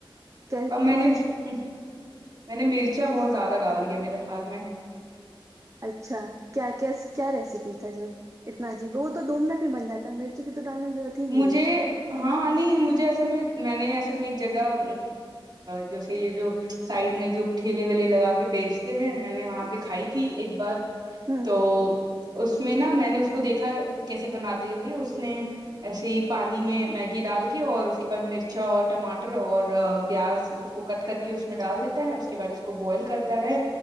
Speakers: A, on the right; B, on the right.
A: کیا-
B: اب میں
A: کون
B: نے میں نے مرچا
A: سی-
B: بہت زیادہ ڈال دیا میرے خیال میں
A: اچھا کیا کیا ریسیپی تھا جو اتنا عجیب وہ تو دو منٹ میں بن جاتا مرچ چی کی تو ڈالنے ضرورت ہی نہیں
B: مجھے
A: ہے
B: ہاں نہیں مجھے اصل میں میں نے اصل میں ایک جگہ جیسے یہ جو سائڈ میں جو ٹھیلے ویلے لگا کے بیچتے ہیں میں نے وہاںہ پ کھائی تھی ایک بار
A: ہ
B: تو اس میں نا میں نے اس کو دیکھا کیسے بناتے ہوئے اس نے ایسے ہی پانی میں میگی ڈال کے اور اس کے بعد مرچا اور ٹماٹر اور پیاز اس کو کٹ کر کے اس میں ڈال دیتا ہے اس کے بعد اس کو بوائل کرتا ہے